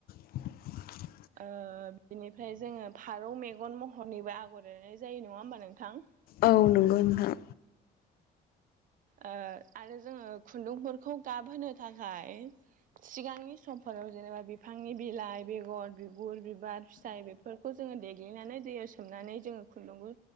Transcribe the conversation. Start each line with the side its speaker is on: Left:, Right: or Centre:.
Left: <unintelligible>
Right: ओ बिनिफ्राय जोङो फारौ मेगन महरनिबो आगर एरनाय जायो नङा होमबा नोंथां।
Left: औ नंगौ नोंथां।
Right: ओ आरो जोङो खुन्दुंफोरखौ गाबहोनो थाखाय सिगांनि समफोराव जेनेबा बिफांनि बिलाइ बेगर बिगुर बिबार फिथाइ बेफोरखौ जों जोङो देग्लिनानै दैयाव सोमनानै जोङो खुन्दुंखौ